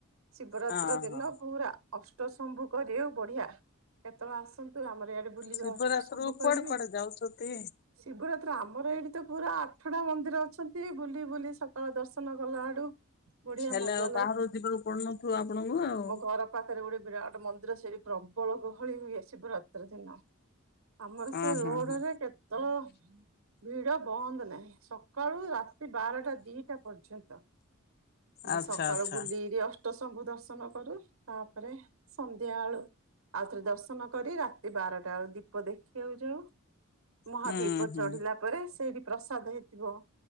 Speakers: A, on the right; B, on the left.
A: ଶିବରାତ୍ର
B: ହଁ
A: ଦିନ
B: ହଁ
A: ପୁରା ଅଷ୍ଟଶମ୍ଭୁ କରି ଆଉ ବଢିଆ କେତେବେଳେ ଆସନ୍ତୁ ଆମରଆଡେ ବୁଲିବା
B: ଶିବରାତ୍ରିରୁ
A: ଅଷ୍ଟ ଶମ୍ୱୁ
B: କୁଆଡେ
A: କରିବେ
B: କୁଆଡେ ଯାଉଛନ୍ତି?
A: ଶିବରାତ୍ର ଆମର ଏଇଠି ତ ପୁରା ଆଠଟା ମନ୍ଦିର ଅଛନ୍ତି ବୁଲି ବୁଲି ସକାଳ ଦର୍ଶନ କଲା ଅଡୁ ବଢିଆ
B: ହେଲେ
A: ମଜା
B: ଆଉ
A: ଲା
B: ବାହାରକୁ ଯିବାକୁ ପଡୁନଥିବ ଆପଣଙ୍କୁ ଆଉ
A: ଘର ପାଖରେ ଗୋଟେ ବିରାଟ ମନ୍ଦିର ସେଇଠ ପ୍ରବଳ ଗହଳି ହୋଇ ଆସିବ ରାତ୍ର ଦିନ ଆମର
B: ଓ
A: ସେ ରୋଡରେ
B: ହଁ ହଁ
A: କେତେଳ ଭିଡ ବନ୍ଦ ନାହିଁ ସକାଳୁ ରାତି ବାରଟା ଦିଟା ପର୍ଯ୍ୟନ୍ତ ଆମେ
B: ଆଚ୍ଛା
A: ସକାଳୁ
B: ଆଚ୍ଛା
A: ସ୍ରି ଅଷ୍ଟ ଶମ୍ୱୁ ଦର୍ଶନ କରୁ ତାପରେ ସନ୍ଧ୍ୟା ଆଳେ ଆଉ ଥରେ ଦର୍ଶନ କରି ରାତି ବାରଟା ବେଳୁ ଦୀପ ଦେଖିବାକୁ ଯାଉ ମହାଦୀପ
B: ହୁଁ ହୁଁ।
A: ଚଢିଲା ପରେ ସେଇଠି ପ୍ରସାଦ ହେଇଥିବ